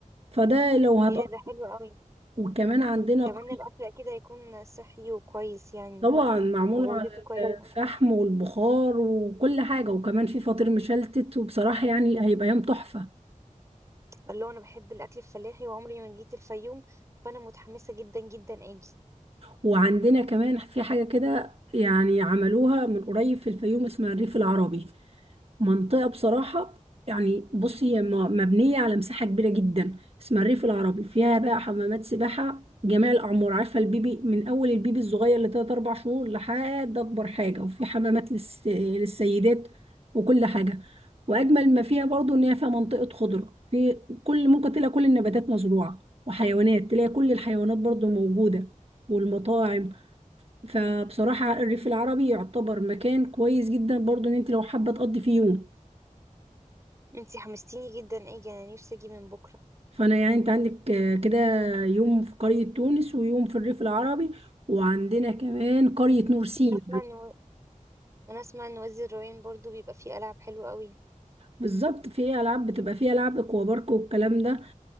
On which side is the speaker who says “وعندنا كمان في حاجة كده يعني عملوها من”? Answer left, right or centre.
Right